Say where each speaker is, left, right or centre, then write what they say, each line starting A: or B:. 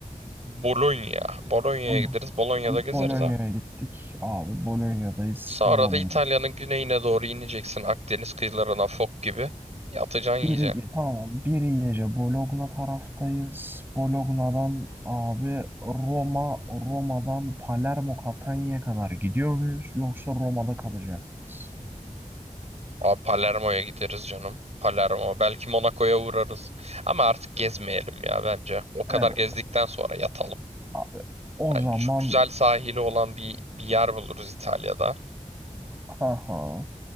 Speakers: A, on the right (about 55°); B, on the right (about 15°).
A: Bologna. Bolonya'ya
B: Tamam.
A: gideriz. Bolonya'da gezeriz
B: Bologna'ya
A: ha.
B: gittik. Abi Bolonya'dayız.
A: Sonra
B: tamam
A: da
B: mı?
A: İtalya'nın güneyine doğru ineceksin Akdeniz kıyılarına fok gibi. Yatacaksın
B: Bir,
A: yiyeceksin.
B: tamam bir gece Bologna taraftayız. Bologna'dan abi Roma, Roma'dan Palermo, Catania'ya kadar gidiyor muyuz? Yoksa Roma'da kalacak mıyız?
A: Abi Palermo'ya gideriz canım. Palermo. Belki Monaco'ya uğrarız. Ama artık gezmeyelim ya bence. O kadar
B: Evet
A: gezdikten sonra yatalım.
B: abi. O
A: Yani
B: zaman
A: şu güzel sahili olan bir, bir yer buluruz İtalya'da.
B: Aha.